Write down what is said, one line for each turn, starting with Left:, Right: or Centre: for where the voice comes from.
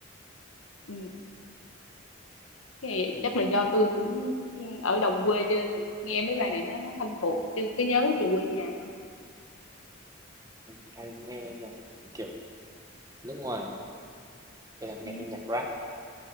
Left: ừ. cái này
Right: mình
Left: chắc là do tôi cũng ở đồng quê cho nên là nghe mấy bài này nó nó thân thuộc cho nên cứ nhớ về quê nhà thôi
Right: mình chỉ hay nghe nhạc kiểu nước ngoài, hay là nghe
Left: ừ.
Right: nhạc rap